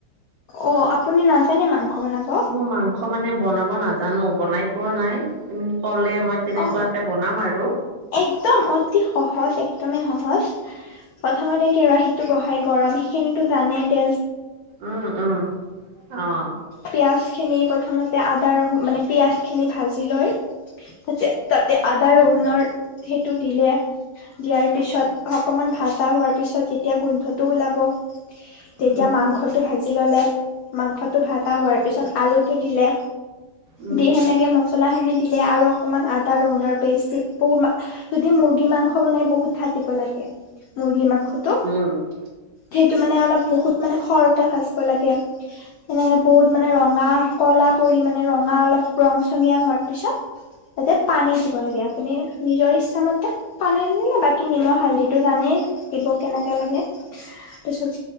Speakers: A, on the left; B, on the right.
A: অ আপুনি নাজানে মাংস বনাব
B: মই মাংস মানে বনাব নাজানো বনাই পোৱা নাই তুমি ক'লে মই তেনেকুৱাকে
A: অ
B: বনাম আৰু
A: একদম অতি সহজ একদমেই সহজ প্ৰথম কেৰাহিতটো বহাই গৰম সেই খিনিতো জানে তে
B: উম, উম, অ'।
A: প খিনি প্ৰথমতে আদা ৰ মানে পিয়াজ খিনি ভাজি লৈ তা তাতে আদা ৰহুনৰৰ সেইটো দিলে দিয়াৰ পিছত অকনমান ভাজা হোৱাৰ পিছত যেতিয়া গোন্ধটো ওলাব তেতিয়া
B: উম,
A: মাংসটো ভাজি ল'লে মাংসটো ভাজা হোৱাৰ পিছত আলুটো দিলে
B: উম,
A: দি সেনেকে মছলা খিনি দিলে আৰু অকণমান আদা ৰহুণৰ পেষ্ট দি বু যদি মুৰ্গী মাংস বনাই বহুত ঢাকিব লাগে মুৰ্গী মাংসটো
B: উম, উম,
A: সেইটো মানে অলপ বহুত মানে সৰহকে ভাজিব লাগে <inaudible> সনেকে বহুত মানে ৰঙা কলা পৰি মানে ৰঙা অলপ ৰং চঙীয়া হোৱাৰ পিছত যাতে পানী দিব লাগে আপুনি নিজৰ ইচ্ছাামতে পানী নিলে বাকী নিমখ হালধিটো জানেই দিব কেনেকে লাগে তাৰত